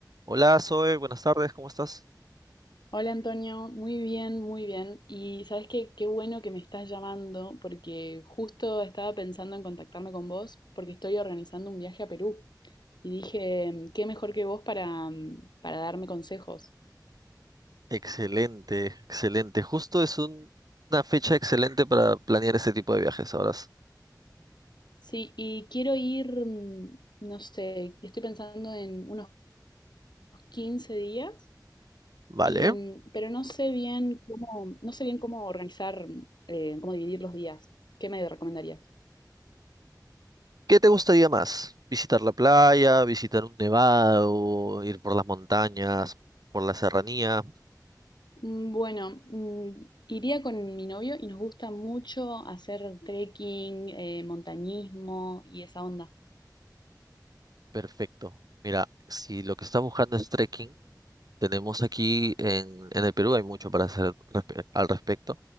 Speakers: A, on the right; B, on the left.
A: Hola, Zoe, buenas tardes, ¿cómo estás?
B: Hola Antonio, muy bien, muy bien. Y sabes qué, qué bueno que me estás llamando porque justo estaba pensando en contactarme con vos porque estoy organizando un viaje a Perú y dije, qué mejor que vos para, mm, para darme consejos.
A: Excelente, excelente. Justo es un- una fecha excelente para planear este tipo de viajes, ahora.
B: Sí, y quiero ir, mm, no sé, estoy pensando en unos 15 días
A: Vale.
B: y, mm, pero no sé bien cómo, no sé bien cómo organizar, mm, eh, cómo dividir los días. ¿Qué me recomendarías?
A: ¿Qué te gustaría más? ¿Visitar la playa, visitar un nevado, ir por las montañas, por la serranía?
B: Mm, Bueno, mm, iría con mi novio y nos gusta mucho hacer trekking, eh, montañismo y esa onda.
A: Perfecto. Mira, si lo que estás buscando es trekking, Tenemos aquí en, en el Perú, hay mucho para hacer respe- al respecto.